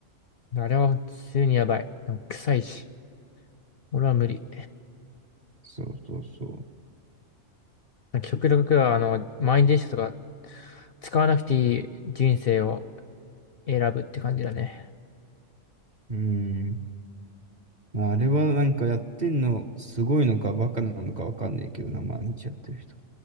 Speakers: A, on the left; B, on the right.
A: あれは普通にやばい。でも臭いし。俺は無理。
B: そうそうそ
A: なんか極力、あの、満員電車とか使わなくていい人生を選ぶって感じだね。
B: う。うーん。まあ、あれはなんかやってんの、すごいのかバカなのかわかんないけどな、毎日やってる人。